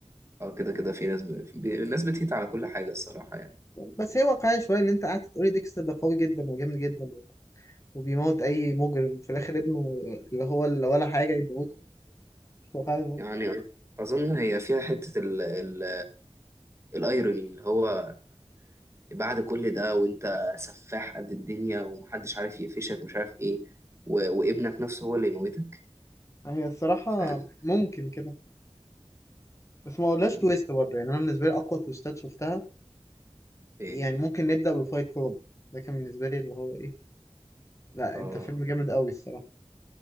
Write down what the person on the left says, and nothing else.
بس هي واقعية شوية إن أنت قعدت تقولي ديكستر ده قوي جدا وجامد جدا وبيموت أي مجرم في الآخر ابنه اللي هو اللي ولا حاجة يموته مش واقعية برضه
هي الصراحة
ممكن كده بس ما اقولهاش
تويست برضه يعني أنا بالنسبة لي أقوى تويستات شفتها
يعني ممكن نبدأ بفايت كلوب ده كان بالنسبة لي اللي هو إيه لا
أنت فيلم جامد قوي الصراحة